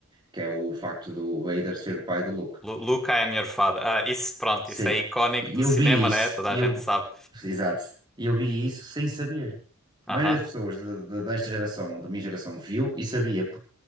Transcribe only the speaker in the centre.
Lu- Luca é a minha fada. Ah, isso, pronto,
isso é icónico
do
cinema,
né? Toda
a gente
sabe.
Aham,